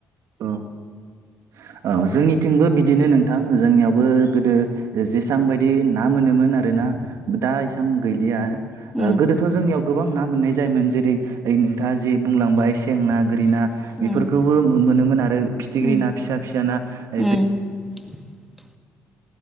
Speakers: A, on the right; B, in the centre.
A: ओ-औ जोंनि थिंबो बिदिनो नोंथां जोंनियावबो गोदो जेसां बायदि ना मोनोमोन आरो ना दा इसां गैलिया आरो। ओ
B: उम
A: गोदोथ' जोंनियाव गोबां ना मोननाय जायोमोन जेरै ओइ नोंथाङा जि बुंलांबाय सें ना गो रि ना बेफोरखौबो
B: उम
A: मो-मोनोमोन आरो फिथिख्रि
B: उम
A: ना फिसा-फिसा ना
B: उम
A: ओ दै
B: <unintelligible>